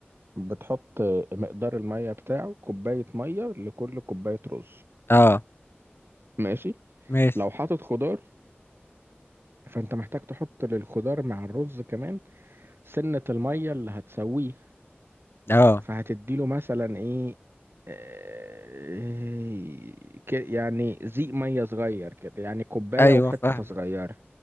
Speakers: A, on the right; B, on the left.
A: بتحط مقدار المية بتاعه كوباية مية لكل كوباية رز
B: اه
A: ماشي
B: ماشي
A: لو حاطط خضار فانت محتاج تحط للخضار مع الرز كمان سنة المية اللي هتسويه
B: اه
A: فهتديله مثلا ايه آه، ك- يعني زيق مية صغير كده يعني كوباية
B: ايوه
A: وحتة
B: فاهمك
A: صغيرة